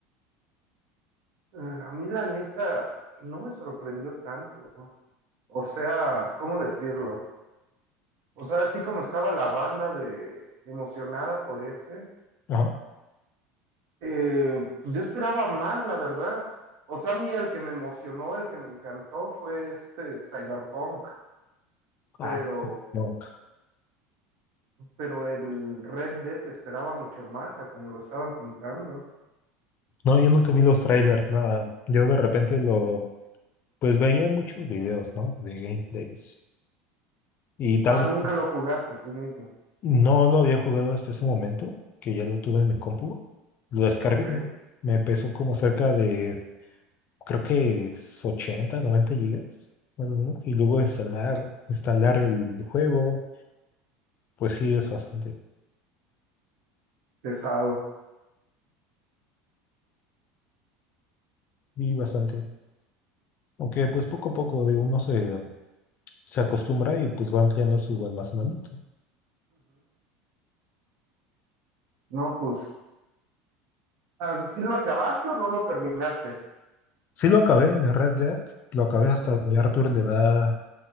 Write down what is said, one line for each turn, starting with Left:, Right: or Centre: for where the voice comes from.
Right: Eh, a mí la neta no me sorprendió tanto. O sea, ¿cómo decirlo? O sea, así como estaba la banda de emocionada por ese,
Left: Ajá.
Right: eh, pues yo esperaba más, la verdad. O sea, a mí el que me emocionó, el que me encantó fue este Cyberpunk, pero
Left: Ah, No,
Right: pero el Red Dead esperaba mucho más a como lo estaban pintando.
Left: no, yo nunca vi los trailers, nada. Yo de repente lo, pues veía muchos videos, ¿no? De gameplays. Y tal
Right: Ah,
Left: vez
Right: nunca lo jugaste tú mismo.
Left: no lo había jugado hasta ese momento, que ya lo tuve en mi compu. Lo descargué.
Right: Ok,
Left: Me pesó como cerca de, creo que es 80, 90 gigas. más o menos, Y luego instalar, instalar el juego, pues sí, es bastante.
Right: pesado.
Left: Y bastante. Aunque pues poco a poco de uno se, se acostumbra y pues va ampliando su almacenamiento.
Right: No, pues, ah, ¿sí lo acabaste o no lo terminaste?
Left: Sí lo acabé en el Red Dead, lo acabé hasta
Right: Ujú.
Left: donde Arthur le da